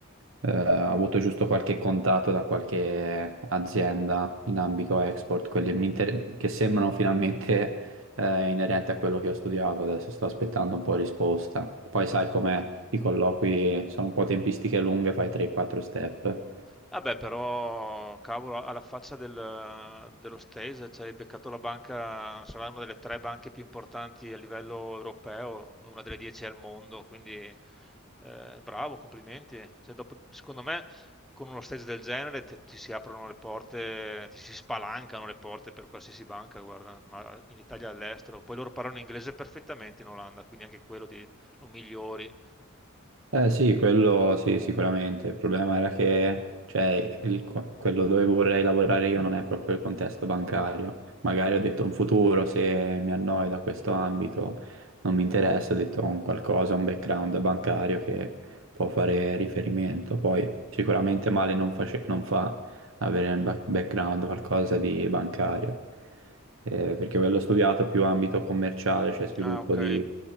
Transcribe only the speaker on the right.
eh, ho avuto giusto qualche contatto da qualche azienda in ambito export, quelli mi inter- che sembrano finalmente eh, inerenti a quello che ho studiato, adesso sto aspettando un po' risposta. Poi sai com'è, i colloqui sono un po' tempistiche lunghe, fai 3-4 step.
Eh sì, quello sì, sicuramente. Il problema era che, cioè, il co- quello dove vorrei lavorare io non è proprio il contesto bancario. Magari ho detto un futuro, se mi annoio da questo ambito, non mi interessa, ho detto un qualcosa, un background bancario che può fare riferimento. Poi sicuramente male non face- non fa, avere un ba- background, qualcosa di bancario, Eh, perché quello studiato più ambito commerciale, cioè sviluppo
di